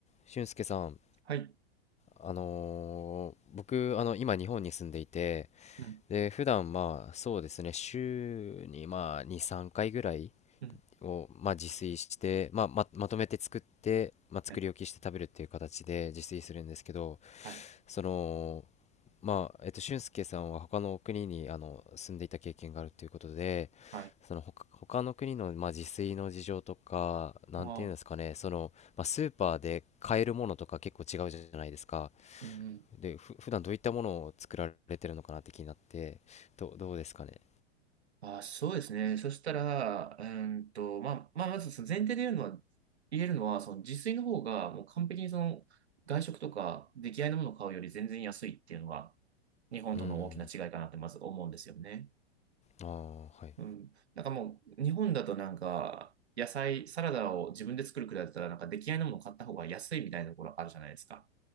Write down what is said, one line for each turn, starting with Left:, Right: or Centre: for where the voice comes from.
Left: 俊介さん、
Right: はい。
Left: あのー僕、あの、今日本に住んでいて、
Right: うん。
Left: で、普段まあ、そうですね、週にまあ、2、3回ぐらい
Right: うん。
Left: を、まあ、自炊して、まあ、ま、まとめて作って、まあ、作り置きして食べるっていう形で自炊するんですけど、
Right: はい。はい。
Left: その、まあ、えっと、俊介さんは他の国に、あの、住んでいた経験があるということで、
Right: はい。
Left: その他、他の国の、まあ、自炊の事情とか、なんていうんですかね、
Right: ああ。
Left: その、まあ、スーパーで買えるものとか結構違うじゃないですか。
Right: うんうん。
Left: で、ふ、普段どういったものを作られてるのかなって気になって、ど、どうですかね。
Right: ああ、そうですね。そしたら、うーんと、まあ、まあ、まずその前提で言うのは、言えるのは、その自炊の方が、もう完璧にその、外食とか出来合いのものを買うより全然安いっていうのが、日本との大きな違いかなってまず思うんですよね。
Left: うーん。ああ、はい。
Right: うん。なんかもう、日本だとなんか、野菜、サラダを自分で作るくらいだったら、なんか出来合いのものを買った方が安いみたいなところあるじゃないですか。